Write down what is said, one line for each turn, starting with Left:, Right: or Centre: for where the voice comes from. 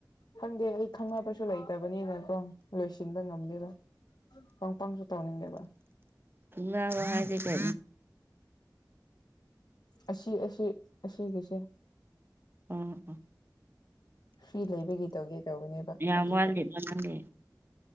Left: ꯈꯪꯗꯦ ꯑꯩ ꯈꯪꯅꯕꯁꯨ ꯂꯩꯇꯕꯅꯤꯅꯀꯣ ꯂꯣꯏꯁꯤꯟꯕ ꯉꯝꯗꯦꯕ ꯄꯪ ꯄꯪꯁꯨ ꯇꯧꯅꯤꯡꯒꯦꯕ
Right: ꯋꯥ ꯍꯥꯏꯗꯤ ꯀ
Left: ꯑꯁꯤ ꯑꯁꯤ ꯑꯁꯤꯒꯤꯁꯦ
Right: ꯑꯥ
Left: ꯐ꯭ꯔꯤ ꯂꯩꯕꯒꯤ ꯇꯧꯒꯦ ꯀꯅꯦꯕ
Right: ꯌꯥꯝ
Left: ꯑꯗꯨꯒ
Right: ꯋꯥꯠꯂꯤꯕ ꯅꯪꯒꯤ